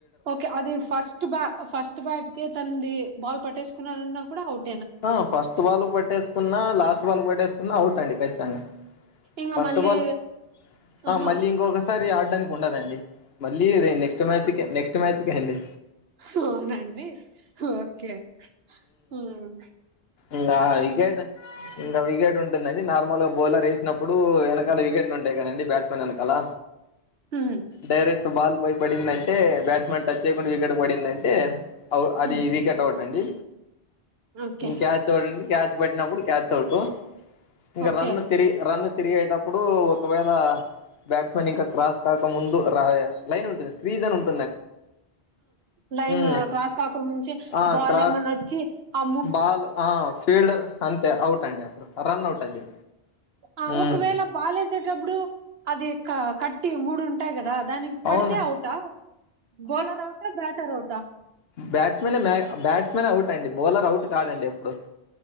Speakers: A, on the right; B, on the left.
A: ఓకే అది ఫస్ట్ బ ఫస్ట్ బ్యాట్ కి తనది బాల్ పట్టేసుకున్నారన్నా కూడా అవుట్
B: ఆ ఫస్ట్ బాల్ పట్టేసుకున్నా లాస్ట్ బాల్ పట్టేసుకున్నా అవుట్ అండి పట్టేసిన
A: ఇంగ
B: ఫస్ట్
A: మళ్ళీ
B: బాల్ హ
A: ఆహా
B: మళ్ళీ ఇంకొకసారి ఆడటానికి ఉండదండి మళ్ళీ నెక్స్ట్ మ్యాచ్ కె నెక్స్ట్ మ్యాచ్కే అండి
A: హా అవునండి ఓకే ఉమ్
B: ఇంగ వికెట్ ఇంకా వికెట్ ఉంటుందండి నార్మల్ గా బౌలర్ వేసినప్పుడు వెనకాల వికెట్లు ఉంటాయి కదండి బ్యాట్స్మెన్ వెనకాల
A: హ్మ్
B: డైరెక్ట్ బాల్ పోయి పడిందంటే బ్యాట్స్మెన్ టచ్ చేయకుండా వికెట్ పడిందంటే అవు అది
A: హ్మ్
B: వికెట్ అవుట్ అండి
A: ఓకే
B: ఇంక క్యాచ్ అవుట్ క్యాచ్ పట్టినప్పుడు క్యాచ్ అవుట్ ఇంకా
A: ఓకే
B: రన్ను తిరిగి రన్ను తిరిగేటప్పుడు ఒకవేళ బ్యాట్స్మెన్ ఇంకా క్రాస్ కాక ముందు రా లైన్ ఉంటంది ఫ్రీజ్ అని ఉంటు
A: లైన్
B: ఉమ్
A: క్రాస్ కాక ముంచే
B: ఆ
A: బాల్
B: క్రాస్
A: ఏమన్నా వచ్చి అ
B: బాల్ ఆ ఫీల్డర్ అంతే అవుట్ అండి అప్పుడు రన్ అవుట్ అది
A: అఓ
B: ఉమ్
A: ఒకవేళ బాలేసేటప్పుడు అది కట్టి మూడు ఉంటాయి గదా దానికి పడితే
B: అవును
A: అవుట బౌలర్ అవుటా బ్యాటర్ అవుటా
B: బ్యాట్స్మనే మె బ్యాట్స్మెనే అవుట్ అండి. బౌలర్ అవుట్ కాడండి ఎప్పుడు.